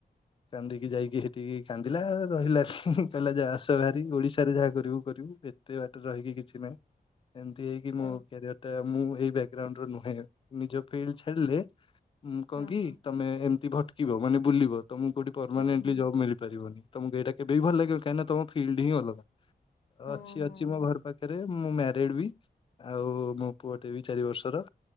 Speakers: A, on the left; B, on the left.
A: କାନ୍ଦିକି ଯାଇକି ସେଠିକି କାନ୍ଦିଲା ରହିଲା ନି, କହିଲା ଯା ଆସ ବାହାରି ଓଡିଶାରେ ଯାହା କରିବୁ କରିବୁ। ଏତେ ବାଟରେ ରହିକି କିଛି ନାହିଁ। ଏମିତି ହେଇକି ମୋ
B: ଓ
A: କ୍ୟାରିୟର ଟା ମୁଁ ଏଇ ବ୍ୟାକଗ୍ରାଉଣ୍ଡ ନୁହେଁ ନିଜ ଫିଲ୍ଡ ଛାଡିଲେ ମୁଁ କଣ
B: ହଁ
A: କିି
B: ହଁ
A: ତମେ ଏମିତି ଭଟକିବ ମାନେ ବୁଲିବ, ତମକୁ କୋଉଠି ପରମାନେଣ୍ଟଲି
B: ହୁଁ ହୁଁ
A: ଜବ୍ ମିଳିପାରିବନି। ତମକୁ ଏଇଟା କେବେ ବି ଭଲ ଲାଗିବନି, କାହିଁକି ନା ତମ ଫିଲ୍ଡ ହିଁ ଅଲଗା
B: ହଁ
A: ଅଛି
B: ହଁ।
A: ଅଛି ମୋ ଘର ପାଖରେ ପାଖରେ ମୁଁ ମ୍ୟାରିଡ ବି ଆଉ ମୋ ପୁଅଟେ ବି ଚାରି ବର୍ଷର।